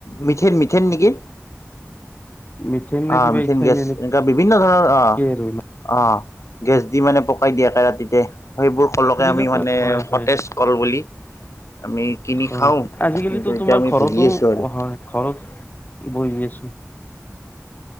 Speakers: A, on the left; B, on the left.
A: মিঠেন, মিথেইন নেকি?
B: মিথেন নে
A: অ
B: কিবা
A: মিথেন
B: ইথাইন
A: গেছ।
B: এনেকে
A: এনেকুৱা বিভিন্ন ধৰণৰ অ
B: আৰু
A: অ গেছ দি মানে পকাই দিয়াকে ৰাতিতে। সেইবোৰ কলকে
B: এইবিলাক
A: আমি মানে
B: হয় হয়
A: সতেজ কল বুলি আমি কিনি
B: হয়
A: খাওঁ।
B: আজিকালিতো
A: কিন্তু এতিয়া
B: তোমাৰ
A: আমি
B: ঘৰতো
A: ভুগি আছোঁ আৰু।
B: হয় ঘৰত বহি আছো